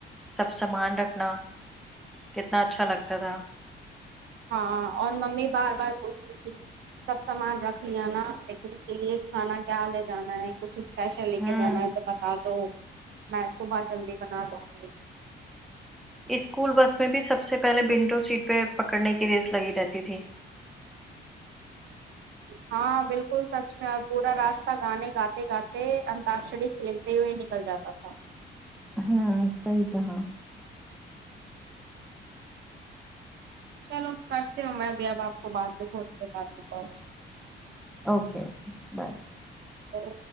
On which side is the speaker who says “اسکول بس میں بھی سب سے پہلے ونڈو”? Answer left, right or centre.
Centre